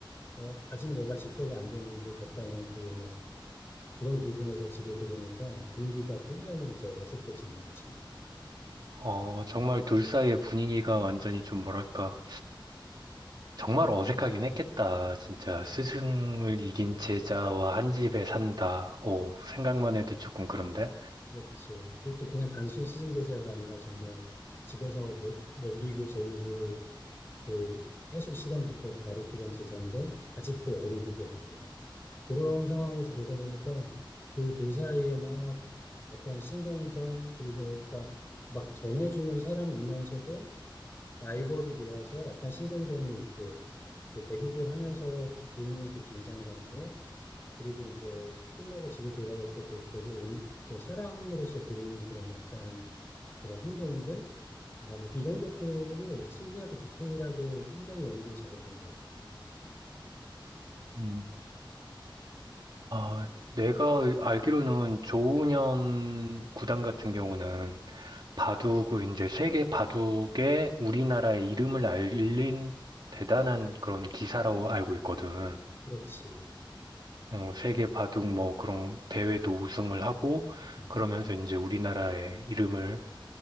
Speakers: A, on the left; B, on the right.
A: 어, 아직 내가 질 때가 안 됐는데 졌다는 그 막 그런 기분에서 집에 들어오니까 분위기가 굉장히 이제 어색해지는 거지.
B: 어, 정말 둘 사이의 분위기가 완전히 좀 뭐랄까. 정말 어색하긴 했겠다. 진짜 스승을 이긴 제자와 한 집에 산다. 오, 생각만 해도 조금 그런데.
A: 그렇지. 그것도 그냥 단순 시승 제재가 아니라 정말 집에서 먹, 먹이고 재우고 그 계속 시간 붙어서 가르치던 제자인데 아직도 어리기도 하고 그런 상황에서 되다 보니까 그 둘 사이에 막 어떤 신경전 그리고 그러니까 막 전해주는 사람이면서도 라이벌이 되어서 약간 신경전이 있고, 그 대국을 하면서 보이는 그 긴장감들, 그리고 이제 끝나고 집에 돌아올 때 그 되게 인- 좀 사람으로서 보이는 그런 약간 그런 행동들, 아, 뭐 이런 것들을 신기하고 디테일하게 굉장히 연기를 잘했던 거예요.
B: 음. 아, 내가 알기로는 조훈현 구단 같은 경우는 바둑, 이제 세계 바둑에 우리나라의 이름을 알린 대단한 그런 기사라고 알고 있거든.
A: 그렇지.
B: 어, 세계 바둑 뭐 그런 대회도 우승을 하고
A: 음,
B: 그러면서 이제 우리나라의 이름을